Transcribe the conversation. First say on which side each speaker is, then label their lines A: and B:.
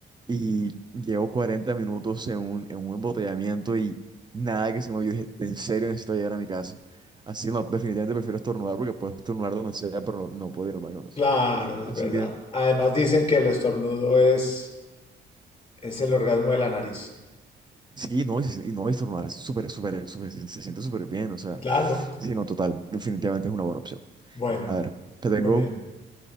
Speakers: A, on the right; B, on the left.
A: y llevo 40 minutos en un, en un embotellamiento y nada que se me Yo dije, en serio necesito llegar a mi casa. Así no, definitivamente prefiero estornudar porque puedo estornudar donde sea, pero no, no puedo ir al baño, no sé.
B: Claro, es
A: Así
B: verdad.
A: que...
B: Además dicen que el estornudo es, es el orgasmo de la nariz.
A: Sí, no, y, se- y no, y estornudar es súper, súper, súper, se, se siente súper bien, o sea,
B: Claro.
A: sí, no, total, definitivamente es una buena opción.
B: Bueno,
A: A ver, te tengo,
B: muy bien.